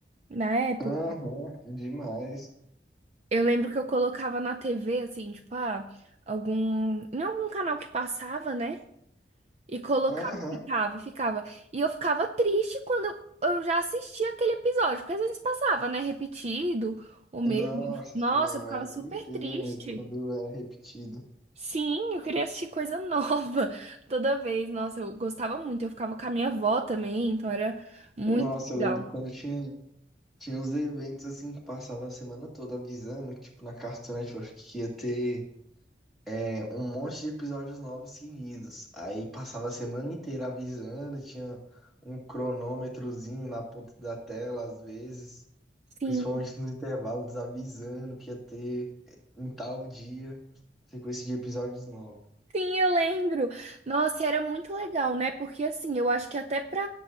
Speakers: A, on the right; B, in the centre.
A: Na época.
B: Aham, demais.
A: Eu lembro que eu colocava na TV, assim, tipo, ah, algum. Em algum canal que passava, né? E colocava
B: Aham.
A: e ficava, e ficava. E eu ficava triste quando eu, eu já assistia aquele episódio, porque às vezes passava, né? Repetido, o mesmo.
B: Nossa,
A: Nossa,
B: assim, é uma
A: eu ficava
B: tristeza
A: super triste.
B: mesmo quando era repetido.
A: Sim, eu queria assistir coisa nova <laughs> toda vez. Nossa, eu gostava muito. Eu ficava com a minha avó também, então era muito
B: Nossa, eu
A: legal.
B: lembro quando tinha. Tinha uns eventos assim que passava a semana toda avisando, que, tipo, na Cartoon Network, que ia ter é, um monte de episódios novos seguidos. Aí passava a semana inteira avisando, tinha um cronômetrozinho na ponta da tela, às vezes,
A: Sim.
B: principalmente nos intervalos, avisando que ia ter é, em tal dia sequência de episódios novos.
A: Sim, eu lembro. Nossa, era muito legal, né? Porque assim, eu acho que até para